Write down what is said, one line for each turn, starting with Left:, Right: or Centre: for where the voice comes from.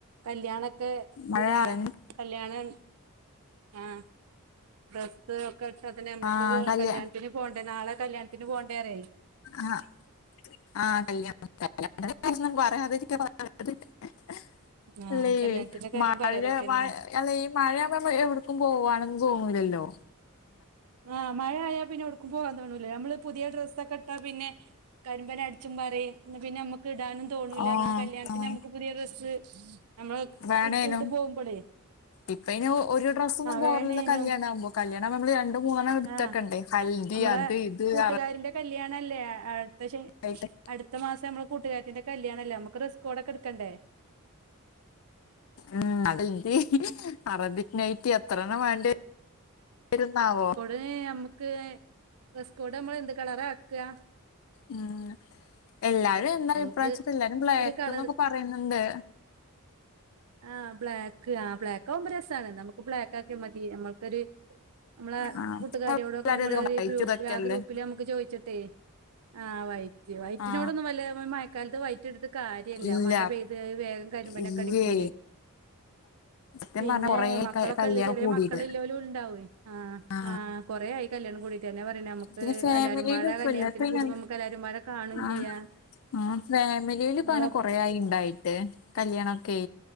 Right: കല്യാണ ഒക്കെ
Left: മഴ
Right: പിന്നെ
Left: അതന്നെ.
Right: കല്യാണം ആ ഡ്രസ്സ് ഒക്കെ ഇട്ടാ തന്നെ നമ്മക്ക്
Left: ആഹ് കല്യാ
Right: കല്യാൺത്തിന് പോണ്ടേ നാളെ കല്യാണത്തിന് പോണ്ടേറ്യേ.
Left: ആഹ് ആഹ് കല്യാണം <unintelligible> പറയാതിരിക്കാൻ <unintelligible> <unintelligible>
Right: ആ
Left: ല്ലേയ്
Right: കല്യാണത്തിന്റെ കാര്യം
Left: മഴ
Right: പറയലൊക്കെന്നെയാണ്
Left: മഴ് അല്ലെ ഈ മഴയാുമ്പ എവിടക്കും പോവാണെന്ന് തോന്നുലല്ലോ
Right: ആഹ് മഴയായാ പിന്നെ ഒടുക്കും പോവാൻ തോണൂലാ നമ്മള് പുതിയ ഡ്രസ്സൊക്കെ ഇട്ടാ പിന്നെ കരിമ്പന അട് ച്ചും പറിം പിന്നെ നമ്മക്ക് ഇടാനും തോണൂല
Left: ആഹ്
Right: എന്നാ കല്യാൺത്തിന്
Left: ആഹ്
Right: നമുക്ക് പുതിയ ഡ്രസ്സ് നമ്മള്
Left: വേണേനും
Right: ഇട്ട് ട്ട് പോകുമ്പളേ
Left: ഇപ്പ അയ്ന് ഒരു ഡ്രസ്സൊന്നും പോരല്ലോ
Right: വേണേനും
Left: കല്യാണാവുമ്പം കല്യാണാവുമ്പം നമ്മള് രണ്ടും മൂന്നെണ്ണം ഇട്ത്തക്കെണ്ടേ
Right: ആ
Left: ഹൽദി
Right: നമ്മളെ
Left: അത് ഇത്
Right: കൂട്ടുകാരിന്റെ
Left: അറ
Right: കല്യാണല്ലേ അടുത്ത ശ
Left: യിട്ട്
Right: അടുത്ത മാസം നമ്മള കൂട്ടുകാരത്തിൻ്റെ കല്യാണല്ലെ നമക്ക് റസ്കോടൊക്കെ ഇട്ക്കണ്ടേ
Left: ഉം ഹൽദി അറബിക് നൈറ്റി എത്രണ്ണം വേണ്ടി വരുംന്നാവോ
Right: പിന്നെ നമ്മക്ക് റസ്കോട് നമ്മള് എന്ത് കളറാ ആക്കാ
Left: ഉം എല്ലാരും എന്താ
Right: നമുക്ക്
Left: അഭിപ്രായച്ചിട്ട് എല്ലാരും ബ്ലേക്ക്
Right: ഒരു കളർ
Left: ന്നൊക്കെ പറയുന്നുണ്ട്
Right: ആഹ് ബ്ലാക്ക് ആഹ് ബ്ലാക് ക്കാവുമ്പം രസാണ് ന്നാ നമക്ക് ബ്ലേക്കാക്കിയാ മതി നമ്മൾക്കൊരു നമ്മളെ
Left: ആ
Right: കൂട്ടുകാരിയോടൊക്കെ
Left: എല്ലാരും
Right: നമ്മളൊര്
Left: അധികം വൈറ്റ്
Right: ഗ്രൂപ്
Left: ഇതൊക്കെയല്ലേ
Right: പിലാ ആ ഗ്രൂപ്പില് നമക്ക് ചോയിച്ചിട്ടെ ആഹ് വൈറ്റ് വൈറ്റിനോടൊന്നും
Left: ആ
Right: വല്ല മഴക്കാലത്ത് വൈറ്റ് എട്ത്ത് കാര്യല്ല
Left: ഇല്ല
Right: മഴ പെയ്ത് അത് വേഗം കരിമ്പനൊക്കെടിക്കൂലേ
Left: ഇല്ലേ സത്യം
Right: പിന്നെ
Left: പറഞ്ഞ കൊറേ
Right: മക്കളൊക്കെല്ല
Left: കല്യാണം
Right: ചെറിയ
Left: കൂടിട്ട്
Right: മക്കള്ല്ലോലും ഉണ്ടാവേ ആഹ്
Left: ആ
Right: ആഹ് കൊറേ ആയി കല്യാണം കൂടിട്ട് ർഞ്. ഞാൻ പറ്യ നമക്ക്
Left: പിന്നെ ഫാമിലിയിലും
Right: എല്ലാരുംപാടെ
Left: ഇപ്പല്ല
Right: കല്യാണത്തിന്
Left: ഇപ്പ
Right: കൂടുംമ്പം നമുക്ക് എല്ലാരും പാടെ കാണും
Left: ആ
Right: ചെയ്യാ
Left: ആഹ് ഫാമിലീലു
Right: നമ്മളെ
Left: ഇപ്പോ അങ്ങനെ കൊറേ ആയി ഇണ്ടായിട്ട് കല്യാണൊക്കെ